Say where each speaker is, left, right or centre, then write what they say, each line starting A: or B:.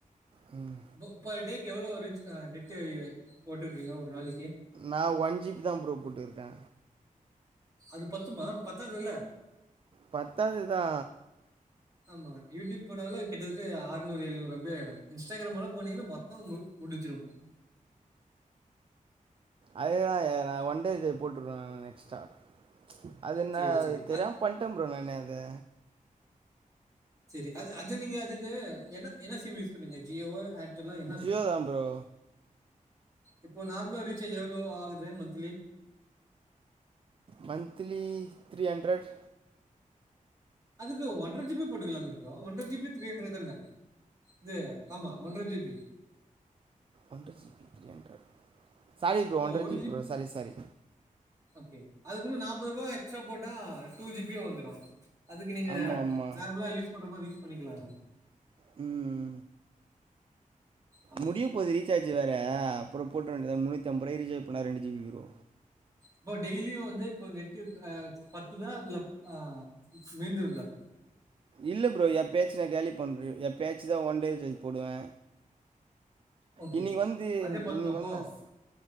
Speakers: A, on the right (about 40°); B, on the right (about 25°).
A: ம்
B: முப் படிக் எவ்ளோ ரிச் நெட்டு போட்டுக்கீங்க ஒரு நாளைக்கி
A: நா ஒன் ஜி பி தா ப்ரோ போட்ருக்கே
B: அது பத்துமா பத்தாதுல
A: பத்தாதுதா
B: ஆமா யூடிப் போனாலே கிட்டதட்ட ஆற்நூறு ஏழ்நூறு அப்டி ஆய்டு இன்ஸ்டாகிராம்லா போனீங்கன்னா மோத்த மு முடிச்சிரு
A: அதேதா ஏ நா ஒன் டே இது போட்ருவே எக்ஸ்ட்ரா அது நா
B: சேரி
A: அது
B: சேரி
A: தெரியாம்
B: அ
A: பண்ட ப்ரோ நானு அது
B: செரி அது அது நீங்க அதுக்கு என்ன என்ன சிம் யூஸ் பண்ணிங்க ஜியோவோ எல்லா என்னது
A: ஜியோ தான் ப்ரோ
B: இப்போ நார்மலா ரீச்சார்ஜ் எவ்ளோ ஆகுது மந்த்லி
A: மந்ச்லி த்ரீ ஹண்ரட்
B: அதுக்கு ஒன்ற ஜிபி போட்டுக்கலமே ப்ரன ஒன்ர ஜிபி த்ரீ ஹண்ரட் தான இது ஆமா ஒன்ற ஜிபி
A: ஒண்ட்ர GB three hundred sorry bro
B: ஆமா
A: ஒண்ட்ர
B: ஒரு
A: GB bro sorry sorry
B: okay அதுக்கு இன்னு நாப்பது ரூபா எக்ஸ்ட்ரா போட்டா டூ ஜிபி வந்துரு அதுக்கு நீங்க
A: ஆமா ஆமா
B: நார்மலா யூஸ் பண்ற மாரி யூஸ் பண்ணிக்லா
A: ம்
B: ஆமா
A: முடிய போது ரீசார்ஜ் வேற அப்புற போட்டுக்க வேண்டிதா முண்ணூத்தி ஐம்பது ரூபா ரீசார்ஜ் பண்ணிணா ரெண்டு ஜிபி வரு
B: இப்ப டெய்லியு வந்து இப்ப நெட்டு அ பத்துல ஆ மீந்துர்தா
A: இல்ல ப்ரோ எப்பயாச்சு நா கேலி பண்ருவே எப்பயாச்சு தா ஒன் டே ரிசார்ஜ் போடுவே
B: ஓகே
A: இன்னக்கி வந்து
B: அதே பத்துமா
A: இன்னக்கி
B: அப்போ
A: வந்து நா சீ